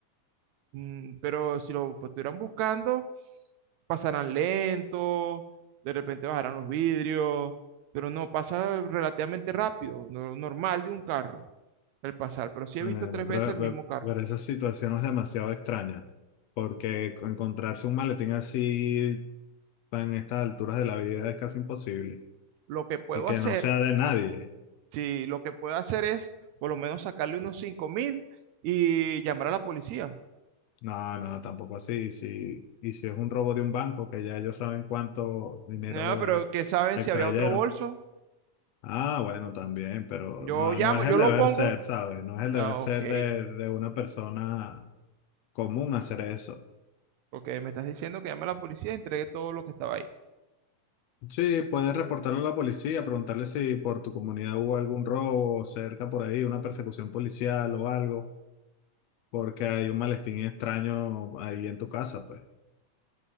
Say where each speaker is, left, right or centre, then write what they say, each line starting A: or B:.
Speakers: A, on the right (about 80°); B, on the left (about 80°).
A: mm, pero si lo pues, estuvieran buscando, pasarán lento, de repente bajarán los vidrios, pero no, pasa relativamente rápido, no- normal de un carro, el pasar, pero sí he
B: Eh,
A: visto tres veces
B: pero,
A: el
B: pero-
A: mismo carro.
B: pero esa situación es demasiado extraña, porque encontrarse un maletín así en estas alturas de la vida es casi imposible
A: Lo que puedo
B: y que
A: hacer,
B: no sea de nadie.
A: sí, lo que puedo hacer es por lo menos sacarle unos cinco mil y llamar a la policía.
B: No, no, tampoco así. Si, y si es un robo de un banco, que ya ellos saben cuánto dinero
A: Ah, pero
B: eh,
A: que saben
B: extrayeron.
A: si había otro bolso.
B: Ah, bueno, también, pero
A: Yo
B: no,
A: llamo,
B: no es
A: yo
B: el
A: lo
B: deber
A: pongo.
B: ser, ¿sabes? No es el
A: Ah,
B: deber ser
A: ok.
B: de, de una persona común hacer eso.
A: Ok, me estás diciendo que llame a la policía y entregue todo lo que estaba ahí.
B: Sí, puedes reportarlo a la policía, preguntarle si por tu comunidad hubo algún robo cerca por ahí, una persecución policial o algo, porque hay un malestín extraño ahí en tu casa, pues.